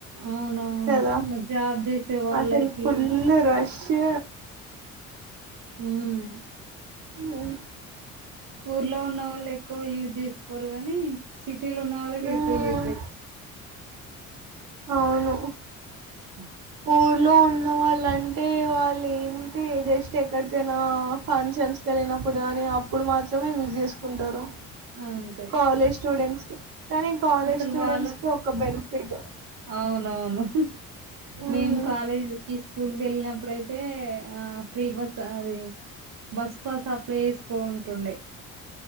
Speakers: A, on the right (about 50°); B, on the right (about 70°).
A: అవునవును
B: కదా
A: జాబ్ చేసే వాళ్ళకి
B: అసలు ఫుల్ రష్ <inaudible>
A: మ్
B: మ్
A: ఊర్లో ఉన్న వాళ్ళు ఎక్కువ యూజ్ చేస్తారు కానీ, సిటీలో ఉన్న వాళ్ళు
B: హ్మ్.
A: ఎక్కువ యూజ్ చేయరు.
B: అవును
A: <inaudible>
B: ఊర్లో ఉన్న వాళ్ళంటే వాళ్ళు ఏంటి జస్ట్ ఎక్కడికైనా ఫంక్షన్స్ వెళ్ళినప్పుడు కానీ అప్పుడు మాత్రమే యూజ్ చేసుకుంటారు.
A: మ్
B: కాలేజ్ స్టూడెంట్స్ కానీ కాలేజ్
A: అసలు
B: స్టూడెంట్స్‌కి
A: వాళ్ళకి
B: ఒక బెనిఫిట్.
A: అవునవును.
B: హ్మ్.
A: మేము కాలేజీ కి స్కూల్ కి వెళ్ళినప్పుడుయితే ఆ ఫ్రీ బస్ అది బస్ పాస్ అప్లై చేసుకోవాల్సి ఉండే.